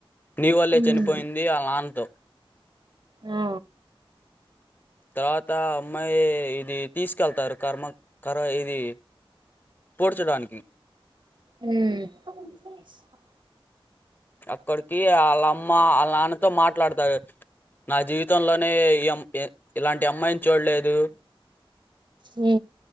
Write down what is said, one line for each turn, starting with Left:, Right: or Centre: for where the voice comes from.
Left: నీ వల్లే
Right: ఉమ్
Left: చనిపోయింది ఇది ఆళ్ల నాన్ తో
Right: ఆ
Left: తర్వాత ఆ అమ్మాయి ఇది తీసుకెళ్తారు కర్మ కర ఇది పూడ్చడానికి
Right: మ్
Left: అక్కడికి వాళ్ళ అమ్మ ఆళ్ల నాన్నతో మాట్లాడతడు నా జీవితంలోనే ఈ అమ్మ ఎ ఇలాంటి అమ్మాయిని చూడలేదు
Right: మ్